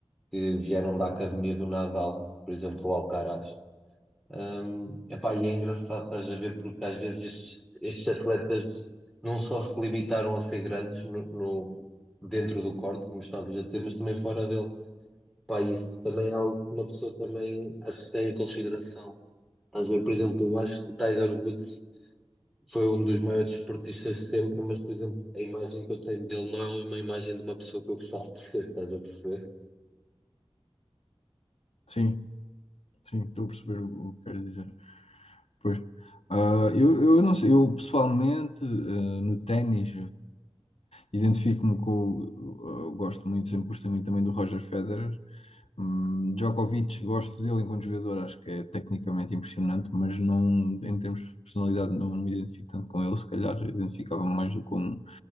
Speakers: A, in the centre; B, on the left.
A: que vieram da academia do Nadal, por exemplo, o Alcaraz, Hum, epá, e é engraçado, estás a ver, porque às vezes estes, estes atletas não só se limitaram a ser grandes no, no- dentro do corte, como estavas a dizer, mas também fora dele. Pá, isso também é algo que uma pessoa também acho que tem em consideração. Estás a ver, por exemplo, eu acho que o Tiger Woods foi um dos maiores esportistas de sempre, mas, por exemplo, a imagem que eu tenho dele não é uma imagem de uma pessoa que eu gostava de ser, estás a perceber?
B: sim, sim, estou a perceber o que queres dizer. Pois. Ah, eu, eu não sei, eu pessoalmente, ah, no ténis. Identifico-me com. o- eu gosto muito, sempre gostei muito também do Roger Federer. Hum, Djokovic, gosto dele enquanto jogador, acho que é tecnicamente impressionante, mas não, em termos de personalidade, não me identifico tanto com ele. Se calhar identificava-me mais do que com,